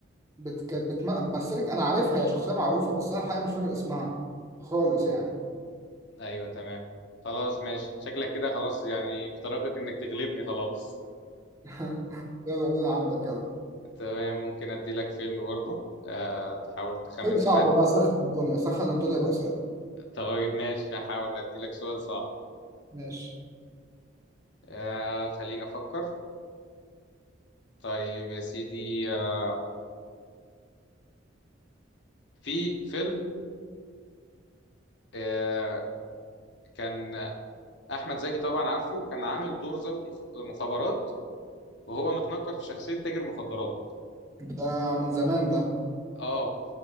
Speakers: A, on the right; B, on the left.
A: بت... كانت بتم... بس هي- انا عارفها هي شخصية معروفة بس انا الحقيقة مش فاكر اسمها خالص يعني
B: ايوه تمام خلاص ماشي شكلك كده خلاص يعني في طريقك انك تغلبني خلاص <laughs>
A: <laughs> يلا قول اللي عندك يلا
B: تمام ممكن ادي لك فيلم برضه آه تحاول تخمن
A: أسئلة
B: سؤال
A: صعبة بقى سخن الدنيا سخن الدنيا بأسئلة
B: طيب ماشي هحاول ادي لك سؤال صعب
A: ماشي
B: آه خلينا افكر طيب يا سيدي آه في فيلم آه كان احمد زكي طبعا عارفه كان عامل دور ضابط مخ- مخابرات وهو متنكر في شخصية تاجر مخدرات
A: ده من زمان ده
B: اه